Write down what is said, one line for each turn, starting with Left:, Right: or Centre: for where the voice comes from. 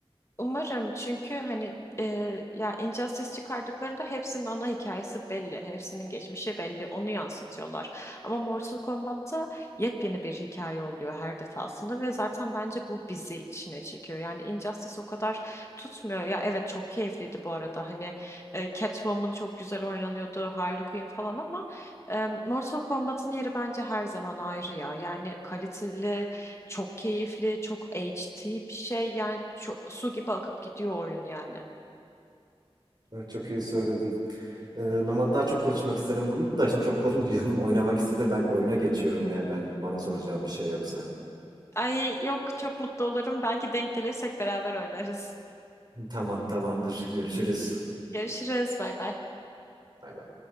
Left: Umarım çünkü hani e, ya Injustice çıkardıklarında hepsinin ana hikayesi belli. Hepsinin geçmişi belli. Onu yansıtıyorlar. Ama Mortal Kombat'ta yepyeni bir hikaye oluyor her defasında ve zaten bence bu bizi içine çekiyor. Yani Injustice o kadar tutmuyor. Ya evet çok keyifliydi bu arada. Hani e, Catwoman çok güzel oynanıyordu. Harley Quinn falan ama e, Mortal Kombat'ın yeri bence her zaman ayrı ya. Yani kaliteli çok keyifli, çok H D bir şey. Yani çok, su gibi akıp gidiyor oyun yani.
Right: Evet, çok iyi söyledin. Ee, ama daha çok konuşmak isterim bunu da şimdi çok konuşunca yanım oynamak istedi. Ben oyuna geçiyorum eğer ben bana soracağım bir şey yoksa.
Left: Ay yok çok mutlu olurum. Belki denk gelirsek beraber oynarız.
Right: Tamam tamamdır. Görüşürüz.
Left: Görüşürüz. Bay bay.
Right: Bay bay.